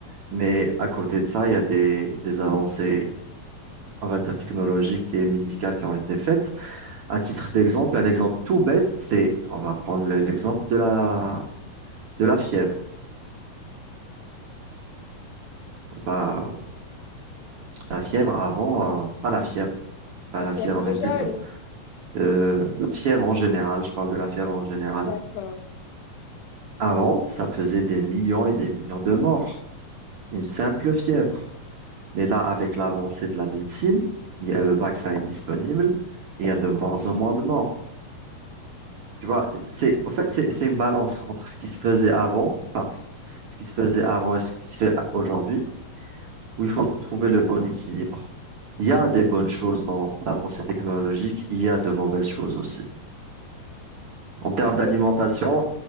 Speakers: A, on the right; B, on the left.
A: Mais à côté de ça, il y a des, des avancées on va dire, technologiques et médicales qui ont été faites. À titre d'exemple, un exemple tout bête, c'est, on va prendre le- l'exemple de la, de la fièvre. Bah, la fièvre avant, euh, pas la fièvre, pas
B: La
A: la
B: fièvre
A: fièvre, mais plutôt
B: jaune,
A: euh, la fièvre en général, je parle de la fièvre en général.
B: d'accord.
A: Avant, ça faisait des millions et des millions de morts, une simple fièvre. Mais là, avec l'avancée de la médecine, il y a, le vaccin est disponible et il y a de moins en moins de morts. Tu vois, c'est, en fait, c'est, c'est une balance entre ce qui se faisait avant, enfin, ce qui se faisait avant et ce qui se fait a- aujourd'hui, où il faut trouver le bon équilibre. Il y a des bonnes choses dans l'avancée technologique, il y a de mauvaises choses aussi. En termes
B: Est-ce
A: d'alimentation,
B: que